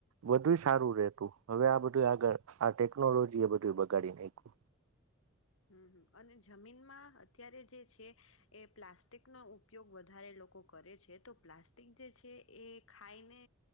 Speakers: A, on the right (about 85°); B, on the left (about 70°).
A: બધું સારું રતું હવે આ બધું આગળ આ ટેકનોલોજી એ બધું બગાડી નાખ્યું.
B: હમ અને જમીનમાં અત્યારે જે છે એ પ્લાસ્ટિકનો ઉપયોગ વધારે લોકો કરે છે, તો પ્લાસ્ટિક જે છે એ ખાઈને